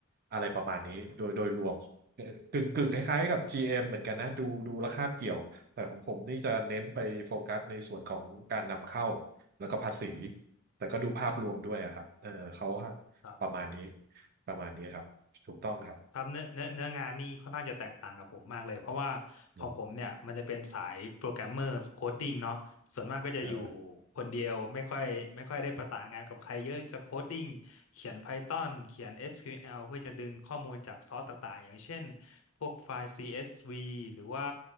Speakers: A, on the right; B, on the left.
A: อะไรประมาณนี้โดยโดยรวมกึ่งกึ่งคล้ายๆกับ
B: ครับ
A: GM เอ็มเหมือนกันนะดูดูแล้วคาบเกี่ยว แต่ของผมนี่จะเน้นไปโฟกัสในส่วนของการนำเข้าแล้วก็ภาษีแต่ก็ดูภาพรวมด้วยอะครับเออเขา
B: ครับ
A: ประมาณนี้ประมาณนี้ครับถูกต้องครับ
B: ครับเนื้อเนื้อเนื้องานนี่ค่อนข้างจะแตกต่างกับผมมากเลยเพราะว่าของผมเนี่ยมันจะเป็นสายโปรแกรมเมอร์โคดดิ้งเนาะส่วนมากก็จะอยู่
A: อืมเออ
B: คนเดียวไม่ค่อยไม่ค่อยได้ประสานงานกับใครเยอะจะโคดดิ้งเขียน Python เขียน SQL เพื่อจะดึงข้อมูลจากซอสต่างๆอย่างเช่นพวกไฟล์ CSV หรือว่า